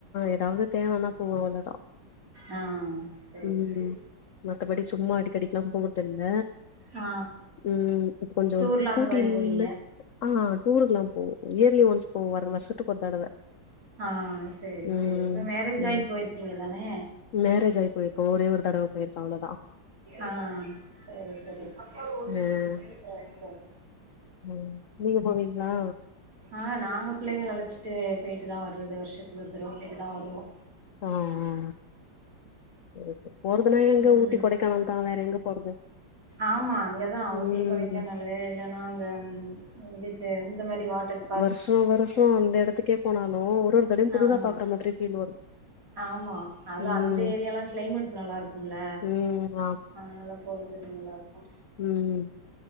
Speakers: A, on the left; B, on the right.
A: ஏதாவது தேவனா போவ அவ்ளோதான்
B: ஆ சேரி
A: உம்
B: சேரி
A: மத்தபடி சும்மா அடிக்கடிக்கெல்லாம் போர்துல்ல
B: ஆ
A: உம் இ கொஞ்சம்
B: டூர்லா
A: ஸ்கூட்டில்ல
B: அந்த மாரி போவீங்க
A: ஆ டூருக்குல்லாம் போவோம் இயர்லி ஒன்சு போவோம் வருஷத்துக்கு ஒரு தடவ
B: ஆ செரி செரி
A: ம்
B: இப்ப மேரேஜ்
A: ம்
B: ஆகி போயிருப்பீங்க தானே
A: மேரேஜ் ஆயி போயிருக்கோ ஒரே ஒரு தடவ போயிருக்கோ அவ்ளோதான்
B: ஆ செரி செரி செரி
A: ஆ
B: செரி
A: ம் நீங்க போவீங்ளா
B: ஆ நாங்க புள்ளைங்க அழச்சிட்டு போயிட்டு தான் வருறது வருஷத்துக்கு ஒரு தடவ போயிட்டு தான் வருவோம்
A: ஆ ஆ செர் செ போறதுனா எங்க
B: ம்
A: ஊட்டி கொடைக்கானல் தான் வேற எங்க போறது
B: ஆமாம் அங்க தா ஊட்டி
A: ம்
B: கொடைக்கானலு இல்லன்னா அந்த இதுக்கு இந்த மாரி வாட்டரு
A: வர்ஷோ வருஷோ அந்த எடத்துக்கே போனாலு ஒரு ஒரு தடவ்யு ம் புதுசா
B: ஆமா
A: பாக்குற மாத்ரி ஃபீல் வரு
B: ஆமா அது
A: ம்
B: அந்த ஏரியாலா க்ளைமேட் நல்லாருக் ம்ல
A: ம்
B: அத்னால போறதுக் நல்லாருக்கு
A: ம்ம்